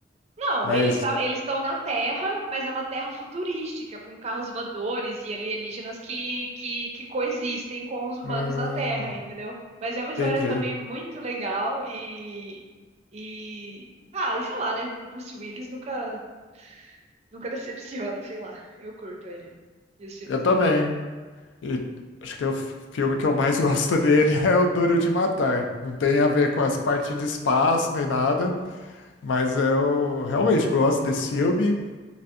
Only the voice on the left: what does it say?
mas
hum,
entendi.
Eu também.
E acho que o filme que eu mais <laughs> gosto dele é o Duro de Matar. Não tem a ver com as partes de espaço nem nada, mas eu realmente gosto desse filme.